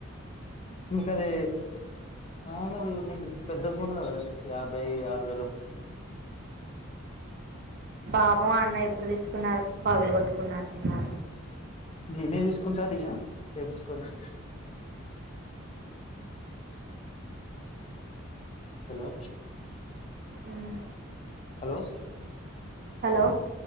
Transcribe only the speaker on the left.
ఇంకా అది ఆ మరి మీకు పెద్ద ఫోన్ కదా యాభై ఆరు వేల ఫోన్
నేనే తీసుకుంటా అదిగ చేయించుకొని హలో
హలో